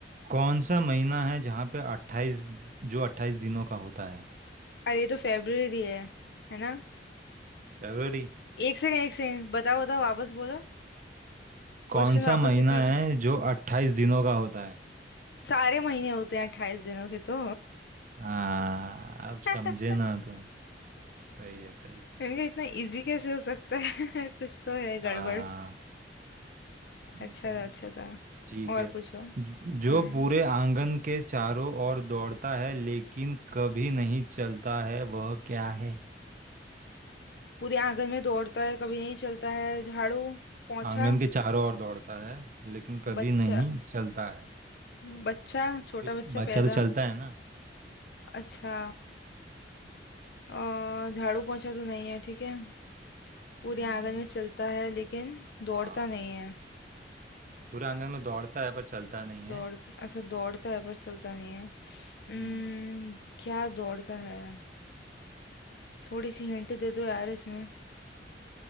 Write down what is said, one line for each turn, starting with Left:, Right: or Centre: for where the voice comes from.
Right: कौन सा महीना है जहाँ पे अट्ठाईस जो अट्ठाईस दिनों का होता है
Left: अरे ये तो फेब्रुअरी है है ना
Right: फरवरी
Left: एक सेकंड एक सेकंड बताओ बताओ वापस बोलो
Right: कौन
Left: क्वेश्चन
Right: सा
Left: वापस
Right: महीना
Left: रिपीट
Right: है जो अट्ठाईस दिनों का होता है
Left: सारे महीने होते हैं अट्ठाईस दिनों के तो
Right: हाँ अब समझे
Left: <laughs>
Right: ना तो सही है सही है
Left: मैंने कहा इतना इजी कैसे हो सकता है <laughs> कुछ तो है
Right: हाँ
Left: गड़बड़
Right: नहीं
Left: अच्छा
Right: सही
Left: था
Right: है
Left: अच्छा था
Right: ठीक
Left: और
Right: है
Left: पूछो
Right: ज-
Left: हम्म
Right: जो पूरे आंगन के चारों ओर दौड़ता है लेकिन कभी नहीं चलता है वह क्या है
Left: पूरे आंगन में दौड़ता है कभी नहीं चलता है झाड़ू पोंछा
Right: आंगन के चारों ओर दौड़ता है लेकिन कभी
Left: बच्चा
Right: नहीं चलता है
Left: बच्चा छोटा
Right: ये
Left: बच्चा
Right: बच्चा
Left: पैदा
Right: तो चलता है ना
Left: अच्छा अ, झाड़ू पोंछा तो नहीं है ठीक है पूरे
Right: हम्म
Left: आंगन में चलता है लेकिन दौड़ता
Right: हाँ
Left: नहीं है
Right: पूरा आंगन में दौड़ता है पर चलता नहीं
Left: दौड़
Right: है
Left: अच्छा दौड़ता है पर चलता नहीं है उम्म,
Right: हम्म
Left: क्या दौड़ता है थोड़ी सी हिंट दे दो यार इसमें